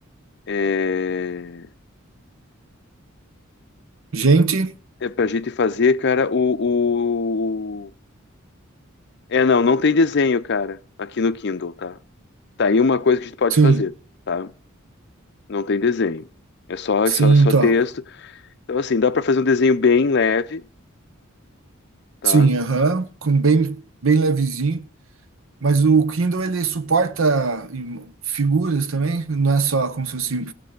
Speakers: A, on the left; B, on the right.
A: é,
B: Gente,
A: é pra gente fazer, cara, o, o- É, não, não tem desenho, cara, aqui no Kindle, tá? Tá aí uma coisa que a gente pode
B: sim.
A: fazer, tá? Não tem desenho. É só,
B: Sim,
A: é só, é só
B: tá.
A: texto. Então, assim, dá pra fazer um desenho bem leve, tá?
B: Sim, aham, com bem, bem levezinho. Mas o Kindle, ele suporta im- figuras também? Não é só como se fosse,